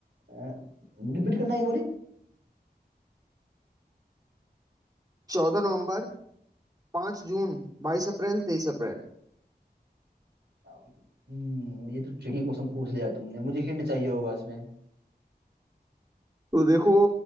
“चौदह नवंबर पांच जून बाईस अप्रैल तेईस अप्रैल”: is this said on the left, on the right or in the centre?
Right